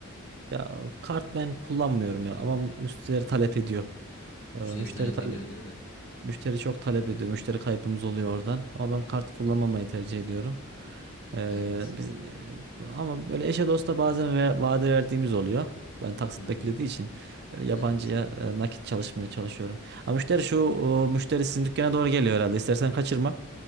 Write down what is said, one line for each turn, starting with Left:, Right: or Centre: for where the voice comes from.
Right: Ya kart ben kullanmıyorum ya ama müşterileri talep ediyor. Ee, Müşteri
Left: Müşteri talep
Right: tale-
Left: ediyor değil mi?
Right: müşteri çok talep ediyor. Müşteri kaybımız oluyor oradan. Ama ben kart kullanmamayı tercih ediyorum. Ee,
Left: Evet.
Right: biz ama böyle eşe dosta bazen ve vade verdiğimiz oluyor. Ben taksit
Left: Hı hı.
Right: beklediği için böyle yabancıya
Left: Evet.
Right: e, nakit çalışmaya çalışıyorum. Ha müşteri şu o, müşteri sizin dükkana doğru geliyor herhalde. İstersen kaçırma.